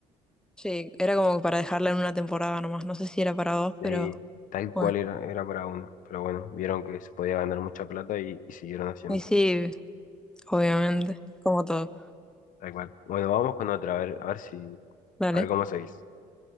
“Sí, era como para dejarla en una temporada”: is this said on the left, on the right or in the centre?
Centre